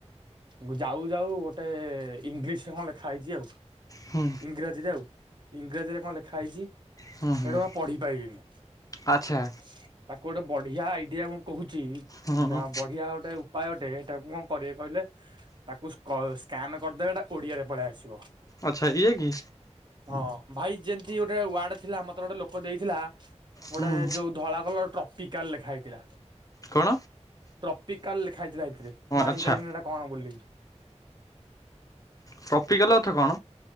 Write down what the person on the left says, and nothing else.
ହୁଁ
ହୁଁ ହୁଁ
ଆଚ୍ଛା
ହୁଁ
ଆଚ୍ଛା ଇଏ କି।
ହୁଁ
କଣ
ଆଚ୍ଛା
ଟପିକାଲ ଅର୍ଥ କଣ